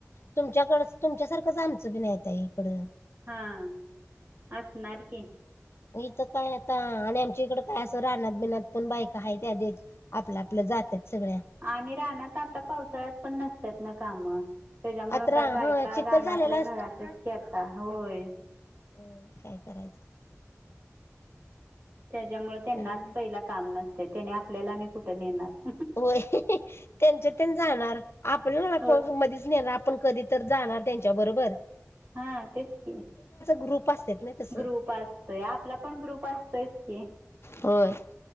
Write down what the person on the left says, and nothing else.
तुमच्याकडे तुमच्यांसारखंच आमचं बी नाहीं येतं आहे इकडं
इथं कायं आंता आणि आमच्यां इकडं कायं असं राहनांत बिनत पणं बायका आहे त्यांधच आपलां जातांत सगळ्या
आत्रा
हा चिखल
झालेला
हो कायं करायचं
काय नाही.
होयं त्यांच्या त्यां जाणारं आपणं
मधेच नेणारं आपणं कधीं तरं जाणारं त्यांच्याबरोबर
ग्रुप असतात ना तसं
होयं